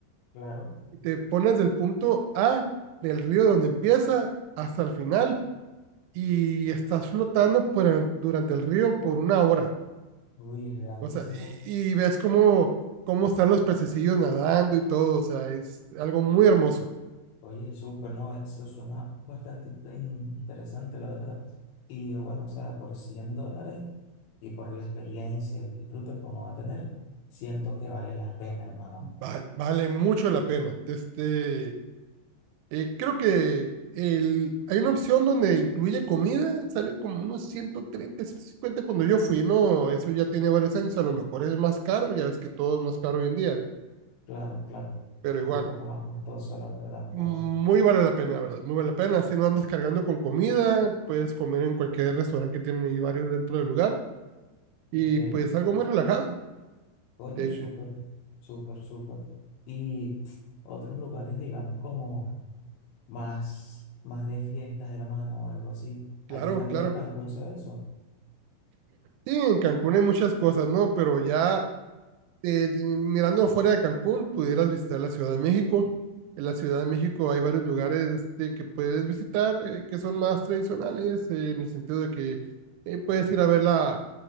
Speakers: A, on the left (about 75°); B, on the right (about 80°).
A: Claro,
B: Y te pones del punto A del río donde empieza hasta el final y estás flotando por- durante el río por una hora.
A: Luis es grandísimo.
B: O sea, y, y ves cómo, cómo están los pececillos nadando y todo. O sea, es algo muy hermoso.
A: Oye, súper, ¿no? Eso suena bastante inte- interesante, la verdad. Y bueno, o sea, por 100 dólares y por la experiencia, el disfrute que uno va a tener, siento que vale la pena, hermano.
B: Va- vale mucho la pena. Este, Eh, creo que el, hay una opción donde incluye comida, sale como unos ciento treinta ciento cincuenta cuando yo fui, ¿no? Eso ya tiene varios años, a lo mejor es más caro, ya ves que todo es más caro hoy en día,
A: Claro, claro.
B: pero igual,
A: Un poco más costoso, la verdad,
B: muy
A: todo.
B: vale la pena, la verdad, muy vale la pena, si no andas cargando con comida, puedes comer en cualquier restaurante que tienen ahí varios dentro del lugar y
A: Ok.
B: pues algo muy relajado,
A: Oye,
B: de hecho.
A: súper, súper, súper. Y otros lugares, digamos, como más, más de fiestas, hermano, o algo así.
B: Claro,
A: Allí también
B: claro.
A: en Cancún se ve eso.
B: Sí, en Cancún hay muchas cosas, ¿no? Pero ya eh, di- mirando fuera de Cancún, pudieras visitar la Ciudad de México. En la Ciudad de México hay varios lugares este, que puedes visitar eh, que son más tradicionales, eh, en el sentido de que eh, puedes ir a ver la,